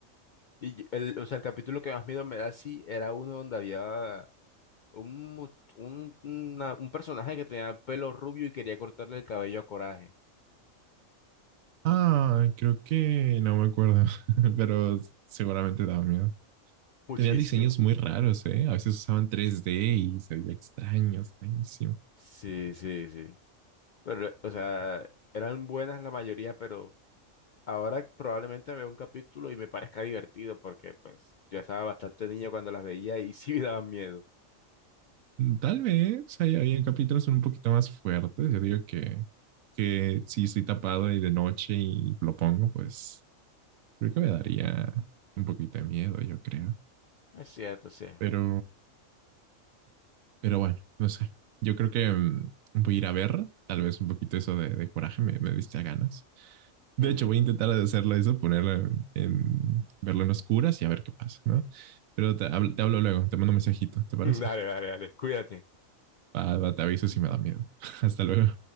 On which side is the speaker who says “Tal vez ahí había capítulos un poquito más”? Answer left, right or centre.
Right